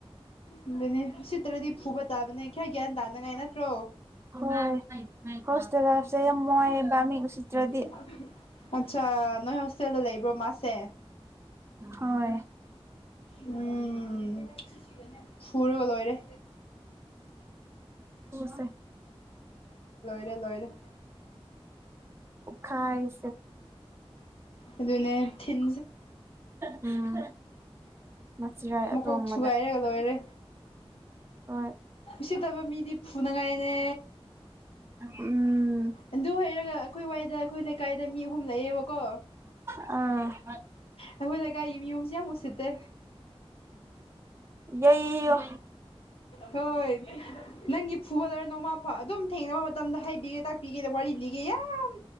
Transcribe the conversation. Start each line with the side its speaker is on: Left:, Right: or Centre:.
Left: ꯑꯗꯨ ꯑꯗꯨꯅꯦ ꯁꯤꯠꯇ꯭ꯔꯗꯤ ꯐꯨꯕ ꯇꯥꯕꯅꯦ ꯈꯌꯥ ꯒ꯭ꯌꯥꯟ ꯇꯥꯅꯉꯥꯏ ꯅꯠꯇ꯭ꯔꯣ
Right: ꯍꯣꯏ ꯍꯣꯁꯇꯦꯜ ꯂꯥꯏꯐꯁꯦ ꯌꯥꯝ ꯋꯥꯏꯑꯦꯕ ꯃꯤ ꯎꯁꯤꯠꯇ꯭ꯔꯗꯤ
Left: <unintelligible> ꯑꯠꯆꯥ ꯅꯣꯏ ꯍꯣꯁꯇꯦꯜꯗ ꯂꯩꯕ꯭ꯔꯣ ꯃꯥꯁꯦ
Right: ꯍꯣꯏ
Left: ꯎꯝ ꯐꯣꯔꯒ ꯂꯣꯣꯏꯔ
Right: ꯇꯣꯁꯦ
Left: ꯂꯣꯏꯔꯦ
Right: ꯎꯞꯈꯥꯏꯁꯦ
Left: ꯑꯗꯨꯅꯦ ꯊꯤꯟ
Right: ꯎꯝ ꯃꯆꯤꯔꯥꯏ ꯑꯇꯣꯡꯕꯗ
Left: ꯃꯀꯣꯛ ꯊꯨꯒꯥꯏꯔꯒ ꯂꯣꯏꯔꯦ
Right: ꯍꯣꯏ
Left: ꯆꯠꯇꯕ ꯃꯤꯗꯤ ꯐꯨꯅꯉꯥꯏꯅꯦ
Right: ꯎꯝ
Left: ꯑꯗꯨ ꯑꯣꯏꯔꯒ ꯑꯩꯈꯣꯏ ꯋꯥꯏꯗ ꯑꯩꯈꯣꯏ ꯀꯥꯏꯗ ꯃꯤ ꯑꯍꯨꯝ ꯂꯩꯌꯦꯕꯀꯣ
Right: ꯑꯥ
Left: ꯑꯩꯈꯣꯏ ꯂꯩꯀꯥꯏꯒꯤ ꯃꯌꯨꯝꯁꯤ ꯌꯥꯝ ꯃꯨꯁꯤꯠꯇꯦ
Right: ꯌꯏꯌꯣ
Left: ꯍꯣꯏ ꯅꯪꯒꯤ ꯐꯨꯠꯕꯣꯂꯔ ꯅꯣꯡꯃꯥ ꯐ ꯑꯗꯨꯝ ꯊꯦꯡꯅꯕ ꯃꯇꯝꯗ ꯍꯥꯏꯕꯤꯒꯦ ꯇꯥꯛꯄꯤꯒꯦꯅ ꯋꯥꯔꯤ ꯂꯤꯒꯦ ꯌꯥꯝ